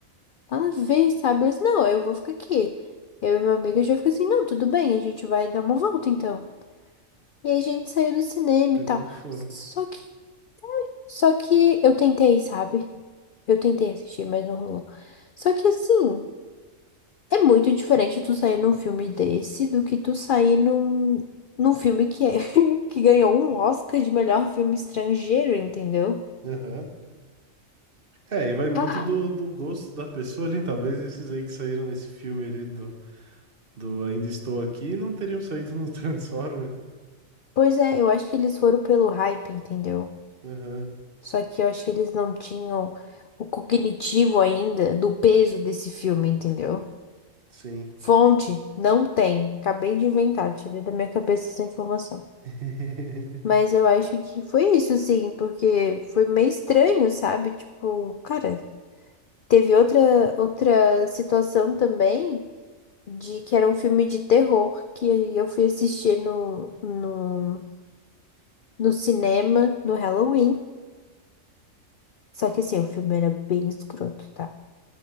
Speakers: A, on the left (about 70°); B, on the right (about 45°).
A: Nada a ver, sabe? Eu disse, não, eu vou ficar aqui. Eu e meu amigo já fica assim, não, tudo bem, a gente vai dar uma volta então. E aí a gente saiu do cinema
B: Pegou
A: e tal.
B: e foram.
A: Só que, só que eu tentei, sabe? Eu tentei assistir, mas não rolou. Só que assim, é muito diferente tu sair num filme desse do que tu sair num, num filme que, é, <laughs> que ganhou um Oscar de melhor filme estrangeiro, entendeu?
B: Aham. É, e vai muito
A: Ah,
B: do, do gosto da pessoa ali. Talvez esses aí que saíram nesse filme ali do Do Ainda Estou Aqui não teriam saído no <laughs> Transformers.
A: pois é, eu acho que eles foram pelo hype, entendeu?
B: Aham,
A: Só que eu acho que eles não tinham o cognitivo ainda do peso desse filme, entendeu?
B: sim.
A: Fonte, não tem. Acabei de inventar, tirei da minha cabeça essa informação.
B: <laughs>
A: Mas eu acho que foi isso, sim, porque foi meio estranho, sabe? Tipo, cara, teve outra, outra situação também de que era um filme de terror que eu fui assistir no, no, no cinema no Halloween. Só que assim, o filme era bem escroto, tá?